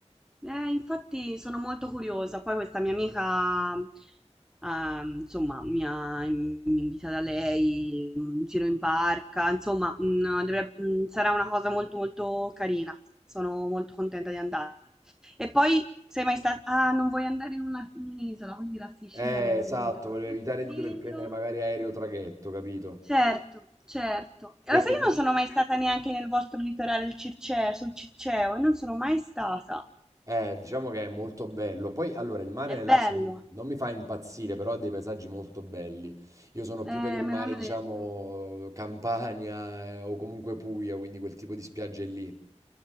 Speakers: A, in the centre; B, on the right.
A: Eh, infatti sono molto curiosa. Poi questa mia amica, ehm, insomma, mi ha mi è invitata lei, un giro in barca, insomma, mm, dovreb- mm, sarà una cosa molto molto carina. Sono molto contenta di andare. E poi sei mai stata... Ah, non vuoi andare in una- in un'isola, quindi la Sicilia
B: Eh,
A: non
B: esatto,
A: te la
B: volevo
A: consiglio.
B: evitare di dover prendere magari aereo o traghetto, capito?
A: Certo, certo. E
B: Perché
A: Lo sai, io
B: tu,
A: non sono mai stata neanche nel vostro litorale il Circeo, sul Circeo, e non sono mai stata.
B: Eh, diciamo che è molto bello. Poi, allora, il mare
A: È
B: nel
A: bello.
B: Lazio non, non mi fa impazzire, però ha dei paesaggi molto belli. Io sono
A: Eh,
B: più per il
A: me
B: mare,
A: l'hanno
B: diciamo,
A: detto.
B: Campania, eh, o comunque Puglia, quindi quel tipo di spiagge lì.